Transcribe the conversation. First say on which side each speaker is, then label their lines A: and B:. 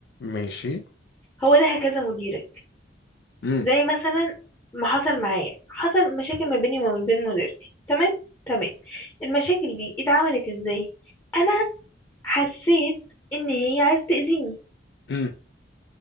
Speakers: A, on the left; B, on the left.
A: ماشي
B: هو ده هكذا مديرك
A: امم
B: زي مثلا ما حصل معايا حصل مشاكل ما بيني وما بين مديرتي تمام تمام المشاكل دي اتعملت ازاي انا حسيت ان هي عايزه تاذيني
A: امم